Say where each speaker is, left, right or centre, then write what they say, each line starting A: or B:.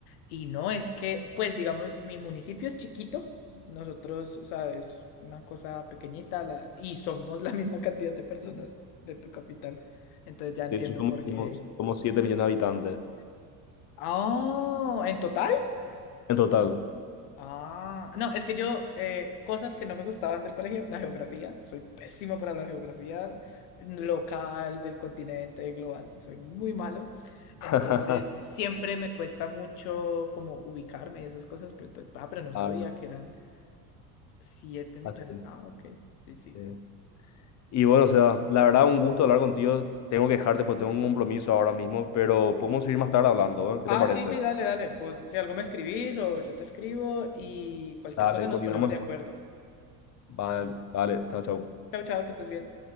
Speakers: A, on the left; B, on the left.
A: Y no, es que, pues digamos, mi municipio es chiquito. Nosotros, o sea, es una cosa pequeñita la- y somos la misma cantidad de personas de tu capital. Entonces ya entiendo
B: sí, eso somos,
A: por
B: somos,
A: qué.
B: somos 7 millones de habitantes
A: Oh, en total.
B: en total.
A: Ah, no, es que yo, eh, cosas que no me gustaban del colegio, la geografía, soy pésimo para la geografía local, del continente, global, soy muy malo. Entonces,
B: <laughs>
A: siempre me cuesta mucho como ubicarme y esas cosas, pero, ento- ah, pero no sabía
B: Ah, no,
A: que eran siete millones.
B: así,
A: Ah, ok, sí, sí.
B: sí. Y bueno, o sea, la verdad, un gusto hablar contigo. Tengo que dejarte porque tengo un compromiso ahora mismo, pero podemos seguir más tarde hablando, ¿eh? ¿Qué
A: Ah,
B: te parece?
A: sí, sí, dale, dale. Pues si algo me escribís o yo te escribo y cualquier
B: Dale,
A: cosa nos
B: coordinamos
A: ponemos de
B: después.
A: acuerdo.
B: Vale, vale, chao, chao.
A: Chao, chao, que estés bien.